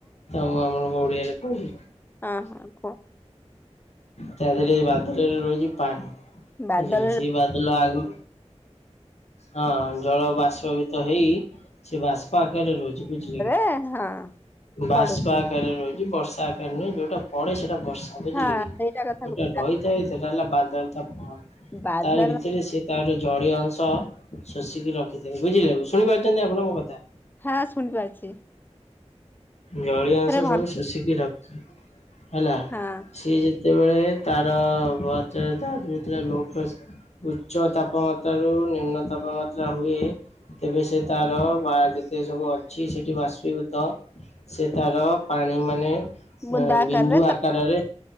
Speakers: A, on the left; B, on the left.
A: ତ ମୁଁ ଆପଣଙ୍କୁ ଓଡିଆରେ କହୁଚି।
B: ହଁ ହଁ କୁହ
A: ତା ଦେହରେ ବାଦଲରେ ରହୁଚି ପା
B: ବାଦଲ
A: ବୁଝିଲେ ସେଇ ବାଦଲ ଲ ଆଗ ହଁ ଜଳ ବାସ୍ପବିତ ହେଇ ସେ ବାସ୍ପା ପାଖରେ ରହୁଚି ବୁଝିଲେ କିି।
B: ଏ ହଁ।
A: ବାଷ୍ପ
B: ପଡୁଛି
A: ଆକାରରେ ରହୁଚି ବର୍ଷା ଆକାରରେ ନୁହେଁ ଯୋଉଟା ପଡ଼େ ସେଇଟା ବର୍ଷା। ବୁଝିଲେ
B: ହଁ
A: କି
B: ସେଇଟା କଥା
A: ଯୋଉଟା
B: କହୁଛି
A: ରହିଥାଏ ସେଟା ହେଲା ବାଦଲ
B: ବାଦଲ
A: ତାରି ଭିତରେ ସେ ତା ଯୋଉ ଜଳୀୟ ଅଂଶ ଶୋଷିକି ରଖିଥାଏ ବୁଝିଲେ ଶୁଣିପାରୁଛନ୍ତି ଆପଣ ମୋ କଥା।
B: ହଁ ଶୁଣିପାରୁଚି।
A: ଜଳିୟ ଅଂଶ
B: ଭଲ
A: ସବୁ ଶୋଷିକି ରଖି ହେଲା।
B: ହଁ
A: ସିଏ ଯେତେବେଳେ ତାର <unintelligible> ତାର ଯେତେବେଳେ ଲୋ କଶ୍ ଉଚ୍ଚ ତାପମାତ୍ର ର ନିମ୍ନ ତାପମାତ୍ରା ହୁଏ ତେବେ ସେ ତାର ବା ଯେତେ ସବୁ ଅଛି ସେଠି ବାଷ୍ପଭୂତ ସେ ତାର ପାଣି ମାନେ
B: ବୁନ୍ଦା ଆକାରରେ
A: ବିନ୍ଦୁ
B: ତ
A: ଆକାରରେ